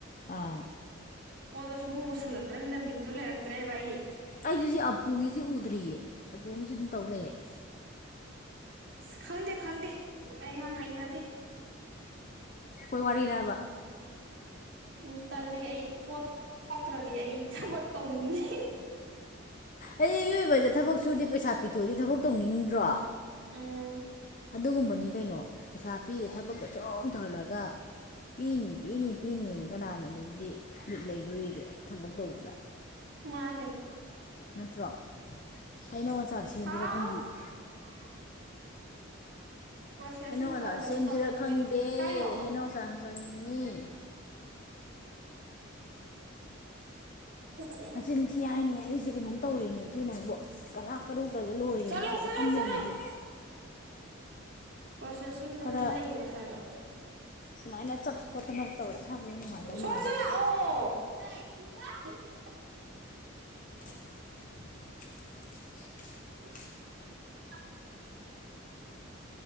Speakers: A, on the left; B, on the right.
A: ꯑꯥ
B: ꯄꯣꯠꯇꯣ ꯁꯨꯡꯉꯨ ꯎꯁꯤꯜꯂꯛꯇ꯭ꯔꯝꯅꯤꯅ ꯕꯤꯠꯇꯨ ꯂꯩꯔꯛꯇ꯭ꯔꯦꯕ ꯑꯩ ꯫
A: ꯑꯩꯗꯨꯁꯤ ꯑꯄꯨꯒꯤꯁꯤ ꯎꯗ꯭ꯔꯤꯌꯦ ꯑꯄꯨꯒꯤꯁꯤ ꯗꯨꯝ ꯇꯧ ꯂꯩꯔ‌ꯦ
B: ꯑꯁ ꯈꯪꯗꯦ ꯈꯪꯗꯦ ꯑꯩ ꯌꯥꯝ ꯍꯩꯅꯗꯦ
A: ꯍ‌ꯣꯏ ꯋꯥꯔꯤꯔꯕ
B: ꯎꯝ ꯇꯜꯂꯤ ꯑꯩ ꯄꯣꯠ <inaudible> ꯊꯣꯛꯇ꯭ꯔꯗꯤ ꯑꯩ ꯊꯕꯛ ꯇꯧꯅꯤꯡꯗꯦ
A: ꯑꯩ ꯃꯤꯌ‌ꯣꯏꯕꯩꯁꯦ ꯊꯕꯛ ꯁꯨꯔꯗꯤ ꯄꯩꯁꯥ ꯄꯤꯊꯣꯛꯑꯗꯤ ꯊꯕꯛ ꯇꯧꯅꯤꯡꯗ꯭ꯔꯣ
B: ꯎꯝ
A: ꯑꯗꯨꯒꯨꯝꯕꯅꯤ ꯀꯩꯅꯣ ꯄꯩꯁꯥ ꯄꯤꯗꯦ ꯊꯕꯛꯇ ꯁꯨꯝ ꯇꯧꯍꯜꯂꯒ ꯄꯤꯅꯤ ꯄꯤꯅꯤ ꯄꯤꯅꯤꯅ ꯀꯅꯥꯅ ꯑꯗꯨꯗꯤ ꯕꯤꯠ ꯂꯩꯗꯣꯔꯤꯒꯦ ꯊꯕꯛ ꯇꯧꯕꯗ
B: ꯃꯥꯅꯦ
A: ꯅꯠꯇ꯭ꯔꯣ ꯍꯩꯅ‌ꯧ ꯑꯆꯥꯥꯔ ꯁꯦꯝꯁꯤꯔꯥ
B: ꯍꯥꯎ
A: ꯈꯪꯗꯤꯌ‌ꯦ
B: <unintelligible> ꯄ꯭ꯔꯣꯁꯦꯁꯤꯡ
A: ꯍꯩꯅꯧ ꯑꯆꯥꯔ
B: ꯇꯧꯗꯨꯅ
A: ꯁꯦꯝꯁꯤꯔ
B: ꯇꯧꯗꯨꯅ
A: ꯈꯪꯗꯦ
B: ꯂꯩ ꯀꯥꯏꯅꯣ <inaudible>
A: ꯍꯩꯅꯧ ꯑꯆꯥꯔ ꯆꯥꯅꯤꯡꯉꯤ
B: <unintelligible> ꯎꯝ <unintelligible>
A: ꯅꯆꯤꯟ ꯊꯤ ꯍꯥꯏꯅꯤ ꯑꯩꯁꯦ ꯀꯩꯅꯣꯝ ꯇꯧꯔꯦꯃꯤ ꯍ‌ꯦꯟꯊꯣꯏ ꯅꯪꯕꯨ ꯑꯁ ꯀꯂꯥ ꯀꯔꯨꯒꯁꯦ ꯂꯣꯏꯔꯦꯃꯤ
B: ꯆꯠꯂꯣ
A: ꯁꯨꯝ
B: ꯆꯠꯂꯣ
A: ꯐꯝ
B: ꯆꯠꯂꯣ
A: ꯂꯩꯕꯒꯤ
B: ꯄ꯭ꯔꯣꯁꯦꯁꯤꯡꯗ
A: ꯈꯔ
B: ꯑꯗꯨꯝ ꯂꯩꯔꯦ ꯍꯥꯏꯕ
A: ꯁꯨꯃꯥꯏꯅ ꯆꯠ ꯈꯣꯠꯇꯅ ꯇꯧꯔꯥ ꯏꯁꯥ ꯑꯗꯨꯅ ꯅꯨꯡꯉꯥꯏꯗꯧ
B: ꯁꯣꯝꯗ
A: ꯃꯥꯜꯂꯦ ꯑꯩꯁꯦ
B: <unintelligible>
A: <inaudible>
B: <unintelligible>